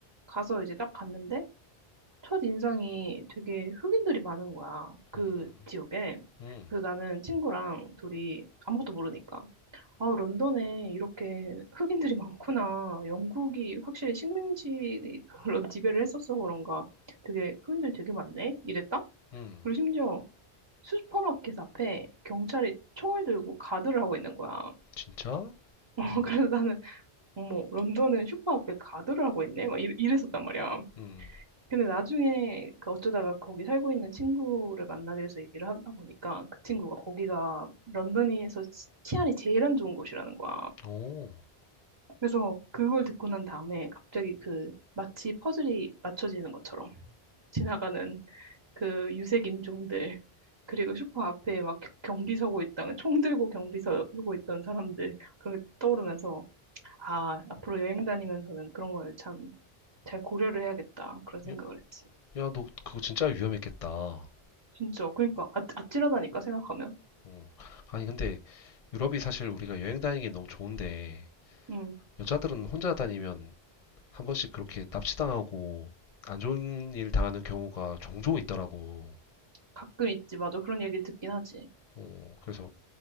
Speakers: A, on the right; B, on the left.
A: 가서 이제 딱 갔는데 첫 인상이 되게 흑인들이 많은 거야. 그
B: 음,
A: 지역에.
B: 음,
A: 그래서 나는 친구랑 둘이 아무것도 모르니까 아, 런던에 이렇게 흑인들이 많구나. 영국이 확실히 식민지 그런 <laughs> 지배를 했었어 그런가. 되게 흑인들 되게 많네. 이랬다?
B: 음.
A: 그리고 심지어 슈퍼마켓 앞에 경찰이 총을 들고 가드를 하고 있는 거야.
B: 진짜?
A: <laughs> 어, 그래서 나는 어머 런던은 슈퍼 앞에 가드를 하고 있네. 막 이래- 이랬었단 말이야.
B: 음,
A: 근데 나중에 그 어쩌다가 거기 살고 있는 친구를 만나게 돼서 얘기를 하다 보니까 그 친구가 거기가 런던에서 치안이 제일 안 좋은 곳이라는 거야.
B: 오.
A: 그래서 그걸 듣고 난 다음에 갑자기 그 마치 퍼즐이 맞춰지는 것처럼 지나가는 그 유색 인종들 그리고 슈퍼 앞에 막 경비 서고 있다가 총 들고 경비 서고 있던 사람들 그런 게 떠오르면서 아 앞으로 여행 다니면서는 그런 걸 참 잘 고려를 해야겠다 그런 생각을
B: 야,
A: 했지
B: 야, 너 그거 진짜 위험했겠다.
A: 진짜 그러니까 아, 아찔하다니까 생각하면
B: 어. 아니, 근데 유럽이 사실 우리가 여행 다니기 너무 좋은데
A: 음
B: 여자들은 혼자 다니면 한 번씩 그렇게 납치당하고 안 좋은 일 당하는 경우가 종종 있더라고.
A: 가끔 있지 맞아 그런 얘기를 듣긴 하지
B: 어, 그래서